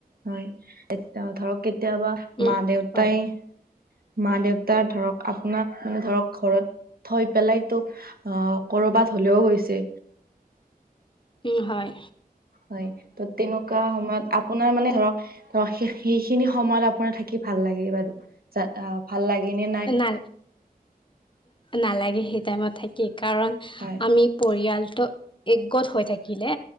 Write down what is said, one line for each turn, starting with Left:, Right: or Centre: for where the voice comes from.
Right: হয় এ ধৰক কেতিয়াবা
Left: উম
Right: মা দেউতাই
Left: হয়
Right: - মা দেউতাৰ ধৰক আপোনাক মানে ধৰক ঘৰত থৈ পেলাইতো আহ কৰবাত হলেও গৈছে।
Left: উম, হয়।
Right: হয় ত'তেনেকুৱা সময়ত আপোনাৰ মানে ধৰক ত' সেইখিনি সময়ত আপোনাৰ থাকি ভাল লাগে বাৰু যা ভাল লাগে। গেনে নাই?
Left: না নালাগে সেই টাইমত থাকি কাৰণ
Right: হয়
Left: আমি পৰিয়াল ত'একগত হৈ থাকিলে